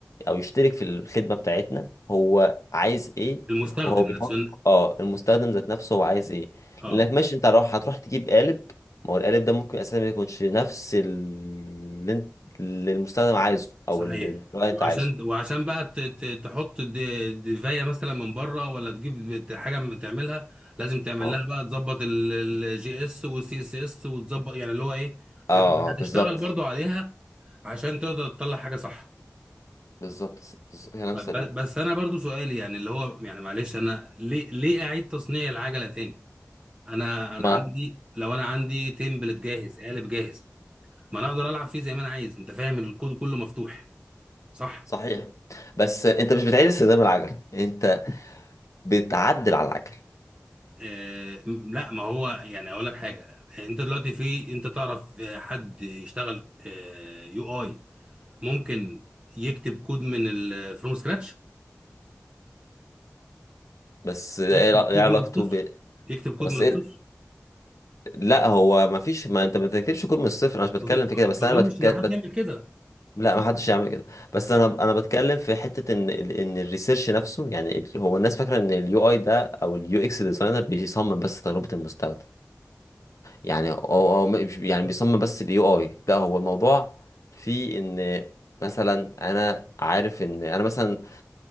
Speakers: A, on the left (about 80°); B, on the right (about 20°).
A: او يشترك في الخدمة بتاعتنا هو عايز ايه
B: المستخدم
A: وهو بيفكر
B: نفسه
A: اه المستخدم ذات نفسه هو عايز ايه
B: اه
A: لانك ماشي انت راح هتروح تجيب قالب ما هو القالب ده ممكن اساسا ما يكونش نفس ال- اللي انت اللي المستخدم عايزه
B: صحيح
A: او ال- ال- الكلاينت
B: وعشان
A: عايزه
B: وعشان بقى ت- ت- تحط دي- دفايه مثلا من بره ولا تجيب ت- حاجه من تعملها لازم تعمل
A: اه
B: لها بقى تظبط الجي اس والسي اس اس وتظبط يعني اللي هو ايه
A: اه
B: هت-
A: آه،
B: هتشتغل
A: بالظبط
B: برضو عليها عشان تقدر تطلع حاجه صح
A: بالظبط بالظبط. كلام
B: طيب
A: سليم
B: ب- بس انا برضو سؤالي يعني اللي هو يعني معلش انا ليه ليه اعيد تصنيع العجله تاني انا انا
A: ما
B: عندي لو انا عندي تمبلت جاهز قالب جاهز ما انا اقدر العب فيه زي ما انا عايز انت فاهم الكود كله مفتوح صح
A: صحيح بس انت مش بتعيد استخدام العجل انت بتعدل على العجل
B: آه، م- لا ما هو يعني اقول لك حاجه انت دلوقتي في انت تعرف آه، حد يشتغل آه، يو اي ممكن يكتب كود من ال فروم سكراتش
A: بس ايه
B: يكتب
A: لا- إيه
B: كود
A: علاقته
B: من الصفر
A: ب
B: يكتب كود
A: بس
B: من الصفر
A: إيه... لا هو ما فيش ما انت ما بتركبش كود من الصفر انا مش بتكلم
B: ما أظن-
A: في
B: ما
A: كده بس انا
B: اظنش
A: بتك...
B: ان
A: بت...
B: حد يعمل كده
A: لا
B: صح
A: ما حدش يعمل كده بس انا
B: طيب.
A: انا بتكلم في حته ان ال- ان الريسيرش نفسه يعني ال- هو الناس فاكره ان اليو اي ده او اليو اكس ديزاينر بيصمم بس تجربه المستخدم يعني هو هو مش- يعني بيصمم بس اليو اي لا هو الموضوع في ان مثلا انا عارف ان انا مثلا